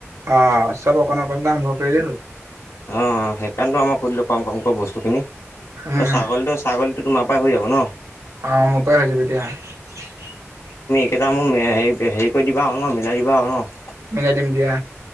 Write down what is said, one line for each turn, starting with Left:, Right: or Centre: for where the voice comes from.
Right: অ' চব অকণ অকণকে আৰম্ভ কৰিলে হ'ল।
Left: অ' সেইকাৰণে তো আমাক সুধিলো কম কম কম বস্তুখিনি
Right: উম
Left: ছাগলীটো ছাগলীটো তোমাৰ পাই হৈ যাব ন।
Right: আহ মোৰ পৰাই হৈ যাব দিয়া।
Left: কেইটা মোক হেৰি হেৰি কৰি দিবা আৰু ন মিলাই দিবা আৰু ন।
Right: মিলাই দিম দিয়া।